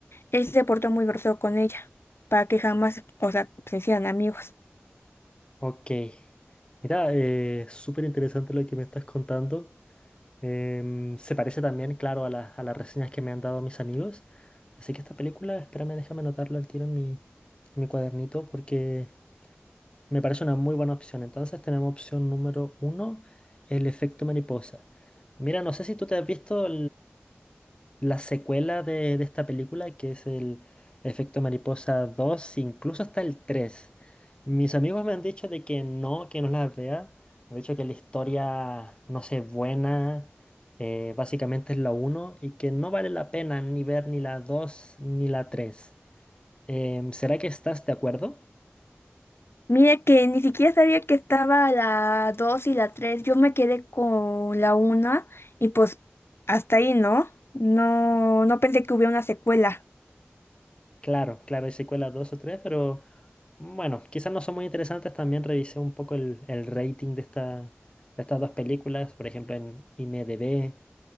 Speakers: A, on the left (about 65°); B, on the left (about 25°).
A: él se portó muy grosero con ella, para que jamás, o sea, se hicieran amigos.
B: ok. Mira, eh, súper interesante lo que me estás contando. Em, se parece también, claro, a, la- a las reseñas que me han dado mis amigos. Así que esta película, espérame, déjame anotarlo al tiro en mi, en mi cuadernito porque me parece una muy buena opción. Entonces tenemos opción número uno, el efecto mariposa. Mira, no sé si tú te has visto la secuela de, de esta película, que es el Efecto Mariposa dos incluso hasta el tres Mis amigos me han dicho de que no, que no las vea. Me han dicho que la historia no sé, buena, eh, básicamente es la uno y que no vale la pena ni ver ni la 2 ni la tres Em, ¿será que estás de acuerdo?
A: Mira que ni siquiera sabía que estaba la 2 y la 3. Yo me quedé con la una y pues hasta ahí, ¿no? No, no pensé que hubiera una secuela.
B: Claro, claro, hay secuelas 2 o 3, pero bueno, quizás no son muy interesantes. También revisé un poco el, el rating de, esta, de estas dos películas, por ejemplo en IMDb,